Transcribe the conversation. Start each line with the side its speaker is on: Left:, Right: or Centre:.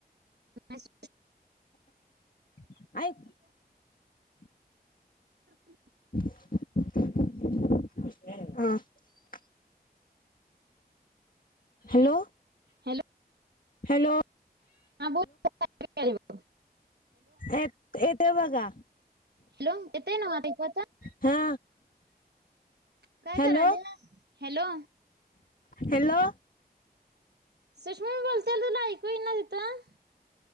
Right: <unintelligible>
Left: <unintelligible> ऐक <unintelligible>
Right: <unintelligible>
Left: <unintelligible> हॅलो
Right: हॅलो
Left: हॅलो
Right: आं बो <unintelligible> <inaudible>
Left: एप-एप ओय बगा
Right: हॅलो, येतंय नवं आता इकचा
Left: हा
Right: काय
Left: हॅलो
Right: कराल्या? हॅलो.
Left: हॅलो
Right: सुषमा मी बोलत्याल् तुला ऐकू इना तिथं?